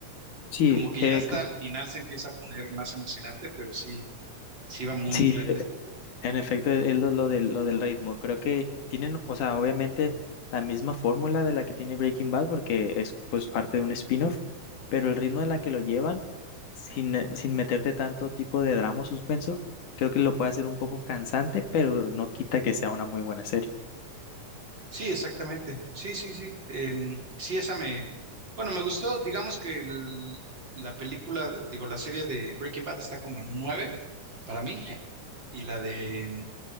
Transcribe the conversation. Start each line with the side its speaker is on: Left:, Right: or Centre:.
Left: Sí,
Right: como que
Left: eh,
Right: ya hasta
Left: que-
Right: al final se empieza a poner más emocionante, pero sí, sí va muy,
Left: sí,
Right: muy lenta.
Left: En efecto, es lo, lo del, lo del ritmo. Creo que tienen, o sea, obviamente la misma fórmula de la que tiene Breaking Bad, porque es pues parte de un spin-off, pero el ritmo de la que lo llevan, sin, eh, sin meterte tanto tipo de drama o suspenso, creo que lo puede hacer un poco cansante, pero no quita que sea una muy buena serie.
Right: Sí, exactamente, sí, sí, sí, Em, sí, esa me, bueno, me gustó, digamos que el- la película, digo, la serie de Breaking Bad está como en un 9 para mí. <laughs> Y la de